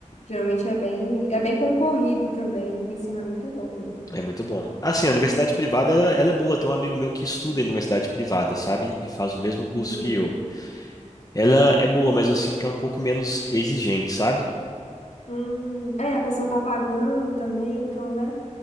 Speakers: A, on the left (about 65°); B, on the left (about 30°).
A: Geralmente é bem, é bem concorrido também, o ensino é muito bom mesmo.
B: É muito bom. Assim, a universidade privada, ela, ela é boa. Tem um amigo meu que estuda em universidade privada, sabe? E faz o mesmo curso
A: Uhum.
B: que eu. Ela é boa, mas eu sinto que é um pouco menos exigente, sabe?
A: Hum, é, a pessoa tá pagando também, então, né?